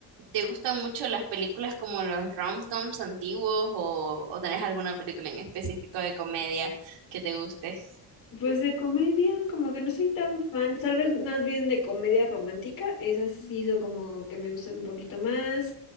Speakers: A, on the right; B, on the left.
A: ¿Te gustan mucho las películas como los rom-coms antiguos o, o tenés alguna película en específico de comedia que te guste?
B: Pues de comedia, como que no soy tan fan, tal vez más bien de comedia romántica, esas sí son como que me gustan un poquito más,